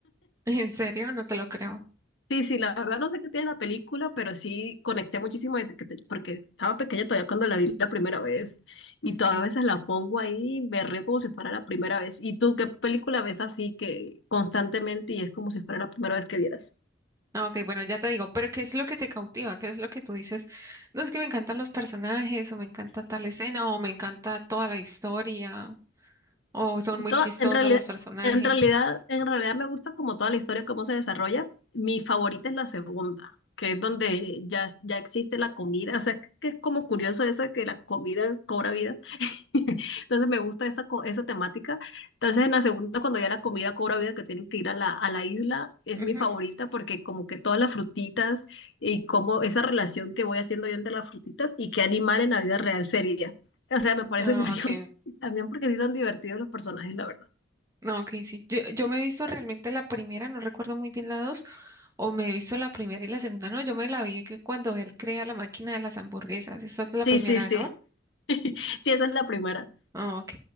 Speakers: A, on the right; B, on the left.
A: <laughs> ¿En serio? No te lo creo.
B: Sí, sí, la verdad no sé qué tiene la película, pero sí conecté muchísimo desde que te- porque estaba pequeña todavía cuando la vi la primera vez y
A: Okay.
B: todavía a veces la pongo ahí y me río como si fuera la primera vez. ¿Y tú qué película ves así que constantemente y es como si fuera la primera vez que vieras?
A: Ah, Ok, bueno, ya te digo, pero ¿qué es lo que te cautiva? ¿Qué es lo que tú dices? No es que me encantan los personajes, o me encanta tal escena, o me encanta toda la historia, o son muy
B: to-
A: chistosos
B: en realidad,
A: los personajes.
B: en realidad, en realidad me gusta como toda la historia, cómo se desarrolla. Mi favorita es la segunda, que es donde ya, ya existe la comida. O sea, que es como curioso eso de que la comida cobra vida. <laughs> Entonces me gusta esa, co- esa temática. Entonces en la segunda, cuando ya la comida cobra vida, que tienen que ir a la, a la isla, es
A: Ujú.
B: mi favorita porque como que todas las frutitas y como esa relación que voy haciendo yo entre las frutitas y qué animal en la vida real sería. O sea, me parece
A: Ah,
B: <laughs> curioso
A: ok.
B: también porque sí son divertidos los personajes, la verdad.
A: No, ok, sí. Yo, yo me he visto realmente la primera, no recuerdo muy bien la dos, o me he visto la primera y la segunda, no, yo me la vi que cuando él crea la máquina de las hamburguesas. Esa es la
B: Sí,
A: primera,
B: sí, sí.
A: ¿no?
B: Sí, esa es la primera.
A: Ah, ok.